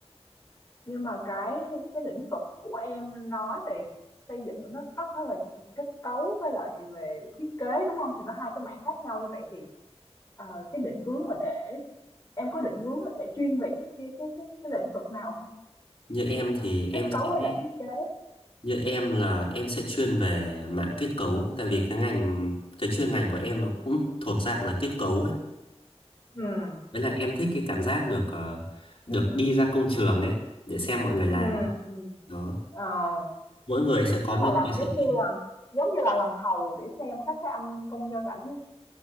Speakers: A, on the left (about 25°); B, on the left (about 55°).
A: Nhưng mà cái cái lĩnh vực của em nói về xây dựng nó nó rất là kết cấu với lại về thiết kế đúng không? Thì nó hai cái mảng khác nhau như vậy thì Ờ, cái định hướng mà để em có định hướng là sẽ chuyên về cái kia cái cái cái lĩnh vực nào hông?
B: Như em thì em
A: Kết
B: sẽ
A: cấu hay là thiết kế?
B: như em là em sẽ chuyên về mạng kết cấu tại vì cái ngành cái chuyên ngành của em nó cũng thuộc dạng là kết cấu ấy.
A: Ừm,
B: Với lại em thích cái cảm giác được ờ, được đi ra công trường ấy để xem mọi người làm
A: ừm,
B: ấy.
A: ừm.
B: Đó.
A: Ờ,
B: Mỗi người sẽ có
A: tức
B: một
A: là làm
B: cái sở
A: giống như
B: thích.
A: là giống như là làm thầu để xem các cái anh công nhân ảnh